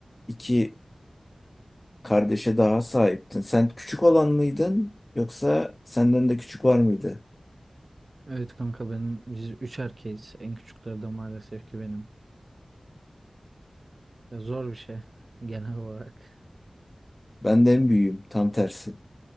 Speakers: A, on the left; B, on the right.
A: İki kardeşe daha sahiptin. Sen küçük olan mıydın yoksa senden de küçük var mıydı?
B: Evet kanka benim biz üç erkeğiz. En küçükleri de maalesef ki benim. Ya zor bir şey <laughs> genel olarak.
A: Ben de en büyüğüm tam tersi.